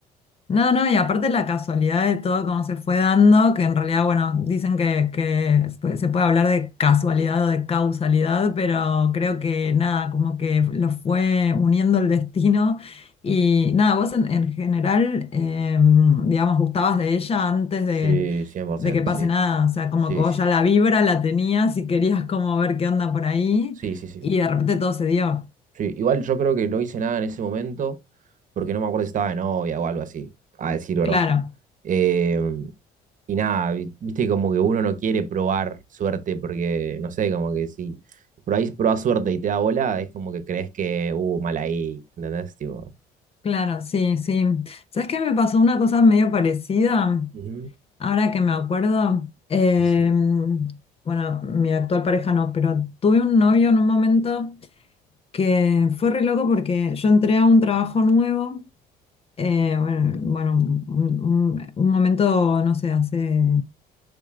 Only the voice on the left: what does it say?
No, no, y aparte la casualidad de todo cómo se fue dando, que en realidad, bueno, dicen que, que se puede se puede hablar de casualidad o de causalidad, pero creo que nada, como que lo fue uniendo el destino. Y nada, vos en, en general, eh, digamos, gustabas de ella antes de,
de que pase
nada, o sea, como
que vos
ya
la vibra la tenías y querías como ver qué onda por ahí,
y de repente todo se dio,
claro.
Claro, sí, sí. ¿Sabes qué me pasó una cosa medio parecida?
Ahora que me acuerdo, eh,
bueno, mi actual pareja no, pero tuve un novio en un momento que fue re loco porque yo entré a un trabajo nuevo, eh, bueno, bueno, un, un- un momento, no sé, hace